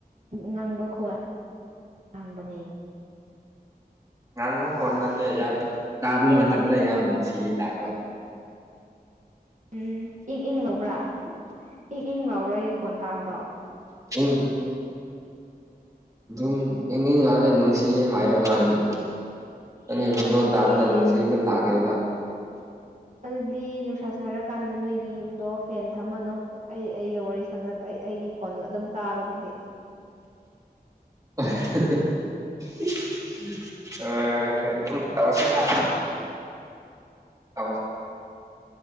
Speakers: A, on the right (about 50°); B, on the right (about 20°).
A: ꯉꯪꯕ ꯈꯣꯏ ꯍꯥꯡꯕꯅꯦ
B: ꯉꯥꯡꯕ ꯈꯣꯟ ꯅꯠꯇꯦ ꯌꯥꯝ ꯇꯥꯕ
A: ꯍꯣꯏ
B: ꯃꯇꯝꯗ
A: ꯍꯥꯏꯗꯤ
B: ꯌꯥꯝ ꯅꯨꯡꯁꯤꯌꯦ ꯇꯥꯛꯄ
A: ꯎꯝ ꯏꯪ ꯏꯪ ꯉꯧꯕ꯭ꯔꯥ ꯏꯪ ꯏꯪ ꯉꯧꯔꯒꯤ ꯈꯣꯟ ꯇꯥꯕꯗꯣ
B: ꯎꯨꯡ ꯑꯗꯨꯝ ꯏꯪ ꯏꯉꯅ ꯅꯨꯡꯁꯤꯌꯦ ꯍꯥꯏꯔꯒ ꯁꯥꯏꯅꯦ ꯅꯪ ꯈꯣꯡꯗꯣꯛ
A: ꯑꯗꯨꯗꯤ
B: ꯇꯥꯕꯗ ꯅꯨꯡꯁꯤꯕ ꯂꯥꯛꯀꯦꯕ
A: ꯑꯗꯨꯗꯤ ꯅꯨꯡꯁꯥ ꯁꯥꯔꯀꯥꯟꯗ ꯅꯣꯏꯒꯤ ꯌꯨꯝꯗꯣ ꯐꯦꯟ ꯊꯝꯃꯅꯣ ꯑꯩ ꯑꯩꯒ ꯋꯥꯔꯤ ꯁꯝꯅ ꯑꯩꯒꯤ ꯐꯣꯟꯗꯨ ꯑꯗꯨꯝ ꯇꯥꯔꯣ ꯑꯗꯨꯗꯤ
B: <inaudible> ꯑꯝ ꯇꯁ ꯑ